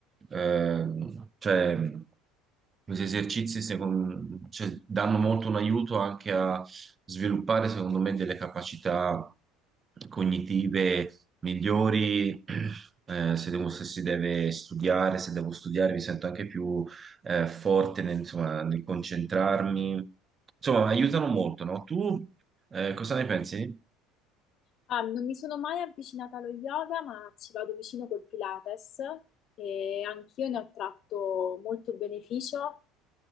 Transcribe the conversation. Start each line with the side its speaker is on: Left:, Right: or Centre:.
Right: Ehm, cioè, questi esercizi secondo- cioè, danno molto un aiuto anche a sviluppare, secondo me, delle capacità cognitive migliori. <clears throat> eh, se devo- se si deve studiare, se devo studiare, mi sento anche più eh, forte nel, insomma, nel concentrarmi. Insomma, aiutano molto, no? Tu eh, cosa ne pensi?
Left: Ah, non mi sono mai avvicinata allo yoga, ma ci vado vicino col Pilates e anch'io ne ho tratto molto beneficio